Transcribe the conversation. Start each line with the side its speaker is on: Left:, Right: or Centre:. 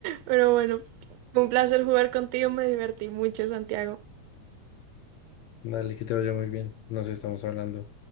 Right: Pero bueno, fue un placer jugar contigo, me divertí mucho, Santiago.
Left: Dale, que te vaya muy bien. Nos estamos hablando.